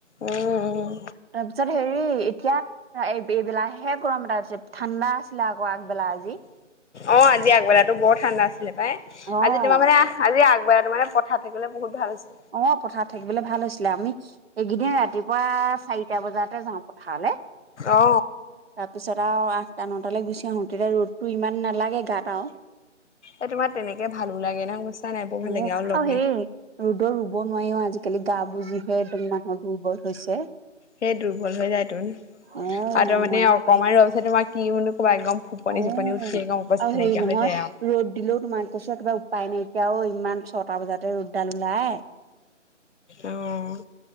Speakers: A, on the left; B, on the right.
A: উম।
B: তাৰপিছত হেৰি এতিয়া এই এইবিলাহে গৰম এটা ঠাণ্ডা আছিলে আকৌ আগবেলা আজি।
A: অ', আজি আগবেলাতো বৰ ঠাণ্ডা আছিলে পাই।
B: অ
A: আজি তোমাৰ মানে, আজি আগবেলা তো মানে থাকিবলৈ বহুত ভাল হৈছে।
B: অ', পথাৰত থাকিবলৈ ভাল হৈছিলে, আমি এইকেইদিন ৰাতিপুৱা চাৰিটা বজাতে যাওঁ পথাৰলৈ।
A: অ।
B: তাৰপিছত আৰু আঠ টানটালৈ গুচি আহো। তেতিয়া ৰ'দতটো ইমান নালাগে গাত আৰু।
A: এ তোমাৰ তেনেকে ভালো লাগে নহয়। নাই বৰ ভাল লাগে
B: অ',
A: লগে
B: আৰু সেয়ে ৰ'দত ৰুব নোৱাৰিও আজিকালি গা বোৰ যি হে একদম মানুহৰ দুৰ্বল হৈছে।
A: সেই দুৰ্বল হৈ যায় ত
B: অ
A: আৰু তাৰ মানে
B: নোৱাৰি
A: অকমান
B: নোৱাৰি
A: ৰোৱাৰ পিছত তোমাৰ কি মানো ক'বাত একদম খোপনি
B: অ
A: চুপনি উঠি একদম অৱস্থা
B: আৰু হেৰি
A: নাইকিয়া
B: নহয়
A: হৈ যায় আৰু।
B: ৰ'দ দিলেও তোমাৰ কৈছো কিবা উপায় নাইকিয়াঅ। এতিয়াও ইমান ছটা বজাতে ৰ'দডাল ওলাই।
A: অ',